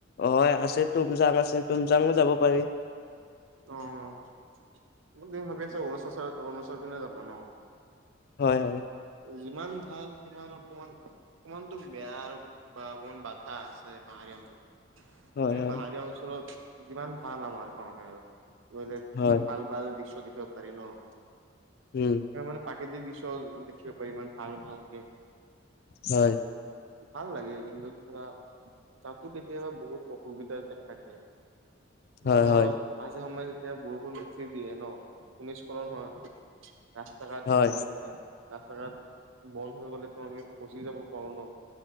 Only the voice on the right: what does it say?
অ', মই তুমি ভাবি আছা, অৰুণাচল অৰুণাচলৰ পিনে যাবা ন?
যিমান ভাল সিমান অকনমান, সিমানটো বেয়া আৰু বা অকনমান বাধা আছে পাহাৰীয়া অঞ্চলত।
তুমি
পাহাৰীয়া অঞ্চলত যিমান ভাল আমাৰ কাৰণে আৰু। কলে কি
ভাল ভাল দৃশ্য দেখিবও পাৰি ন?
মানে প্ৰাকৃতিক দৃশ্য দেখিব পাৰি ইমান ভাল ভালকে।
ভাল লাগে কিন্তু ধৰা তাতো কেতিয়াবা বহুত অসুবিধা দেখা দিয়ে। <unintelligible>
মাজে সময়ে যেতিয়া বৰষুণ বেছি দিয়ে নহ ভূমিস্খলন হয়। ৰাস্তা ঘাট
বন্ধ হৈ যায়। ৰাস্তা ঘাট বন্ধ হৈ গলেতো আমি ফচি যাব পাৰোঁ নহ?